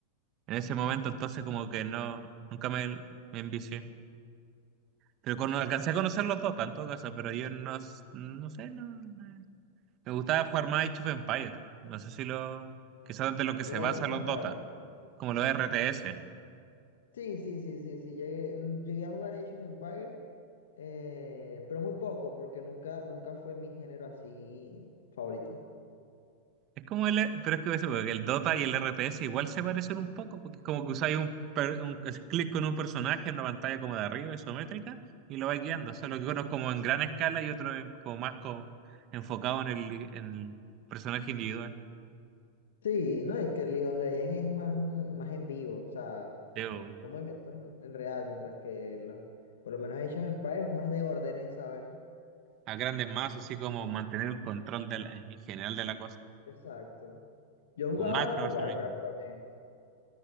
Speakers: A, on the right (about 35°); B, on the left (about 60°).
A: en ese momento, entonces como que no, nunca me, me envicié. Pero con, alcancé a conocer los dos, tanto casa, pero yo no, s- no sé, no, no- Me gustaba jugar más Age of Empires. No sé si lo, quizás de lo que
B: el
A: se basa
B: Age of
A: los
B: Empires.
A: Dota, como los RTS.
B: Sí, sí, sí, sí, sí, llegué, mm, llegué a jugar Age of Empires eh, pero muy poco, porque nunca, nunca fue mi género así favorito.
A: Es como el, pero es que ese, porque el Dota y el RTS igual se parecen un poco, porque es como que usáis un, per- un clic con un personaje en una pantalla como de arriba, isométrica, y lo vais guiando. Solo que uno es como en gran escala y otro es como más como enfocado en el, en el personaje individual.
B: Sí, no, y que el League of Legends es más, mm, más en vivo, o sea,
A: Digo,
B: son movimientos en, en real, mientras que los, por lo menos Age of Empires es más de órdenes, ¿sabes?
A: a grandes masas, así como mantener el control de la- en general de la cosa.
B: Exacto. Yo jugaba
A: O macro versus
B: Warcraft
A: micro.
B: también.